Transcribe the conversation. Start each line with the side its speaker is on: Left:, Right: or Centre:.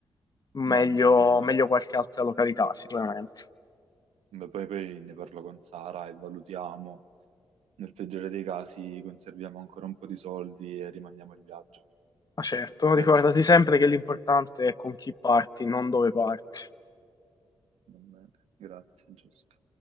Left: Meglio,
Right: va bene, va bene.
Left: meglio qualche altra località sicuramente.
Right: Beh, poi, poi ne parlo con Sara e valutiamo. Nel peggiore dei casi conserviamo ancora un po' di soldi e rimandiamo il viaggio.
Left: Ma certo,
Right: Grazie.
Left: ricordati sempre che l'importante è con chi parti, non dove parti.
Right: Va bene, grazie, Giusto.